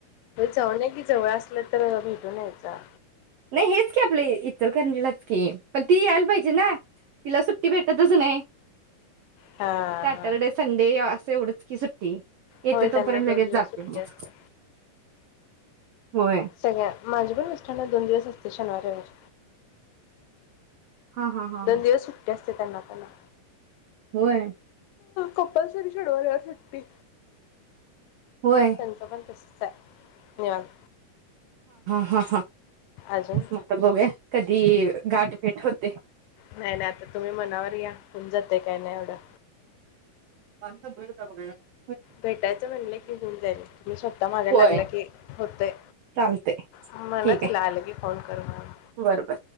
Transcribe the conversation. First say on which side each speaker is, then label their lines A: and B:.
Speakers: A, on the left (about 85°); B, on the right (about 85°).
A: जाऊन या कि जवळ असलं तर भेटून यायचा
B: नाही हेच की आपल इचलकरंजीलाच की पण ती यायला पाहिजे ना तिला सुट्टी भेटतच नाहीय
A: हा
B: सॅटरडे
A: हा
B: संडे या तेवढच की सुट्टी येतो
A: होय
B: तोपर्यंत
A: त्यांना दोन
B: लगेच
A: दिवस
B: जाते
A: सुट्टी
B: मग
A: असते.
B: होय
A: सगळ्या माझे पण मिस्टराना दोन दिवस असते शनिवार रविवार
B: हा हा हा
A: दोन
B: हा
A: दिवस सुट्टी असते त्यांना
B: होय
A: कपलसरी चडवल्यावर सुट्टी
B: होय
A: त्यांच पण तसच आहे निवांत
B: हां हां
A: अजून
B: मग आता बघूया कधी गाठभेट होते
A: नाही नाही आता तुम्ही मनावर घ्या होऊन जातय का नाही एवढं
B: माझ कंप्लीट होतात बगा आज
A: भेटायचं म्हणले की होऊन जाईल तुम्ही स्वतः मागा लागला
B: होय
A: की होतय
B: चालतय
A: म्हणा
B: ठीक
A: तिला आलं की फोन कर म्हणून
B: आहे बरोबर